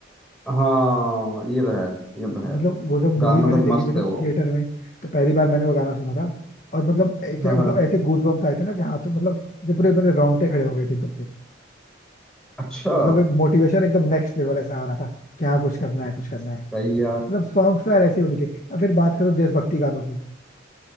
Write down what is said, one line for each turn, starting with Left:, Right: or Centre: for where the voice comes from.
Centre: हाँ ये तो है ये तो
Left: मतलब
Centre: है
Left: वो जब मूवी
Centre: गाना
Left: मैंने
Centre: तो
Left: देखी
Centre: मस्त
Left: थी ना
Centre: है वो
Left: थिएटर में तो पहली बार मैंने वो गाना सुना था और मतलब ऐसे
Centre: हाँ हाँ
Left: मतलब ऐसे गूजबम्स आए थे ना कि हाँ तो मतलब जब पूरे मेरे रोंगटे खड़े हो गए थे एकदम से
Centre: अच्छा
Left: मतलब एक मोटिवेशन एकदम नेक्स्ट लेवल ऐसा आ रहा था कि हाँ कुछ करना है कुछ करना
Centre: सही
Left: है मतलब
Centre: यार
Left: सॉन्ग्स तो यार ऐसे ही होने चाहिए और फिर बात करो देशभक्ति गानों की